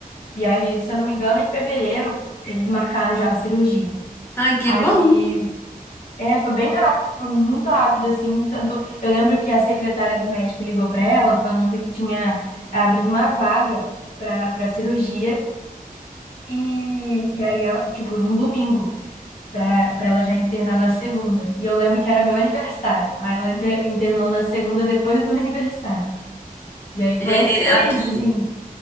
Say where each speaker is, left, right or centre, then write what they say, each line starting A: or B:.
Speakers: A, on the left; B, on the left.
A: E aí, se eu não me engano, em fevereiro eles marcaram já a cirurgia.
B: Ai, que
A: Aí
B: bom.
A: é, foi bem rápido, foi muito rápido, assim, tanto... Eu lembro que a secretária do médico ligou para ela falando que tinha abrido uma vaga para para cirurgia e, e aí, ela- tipo, num domingo, para para ela já internar na segunda. E eu lembro que era meu aniversário, aí ela inter- internou na segunda depois do meu <laughs> aniversário. E aí foi,
B: É,
A: esse- foi
B: aqui,
A: isso, assim.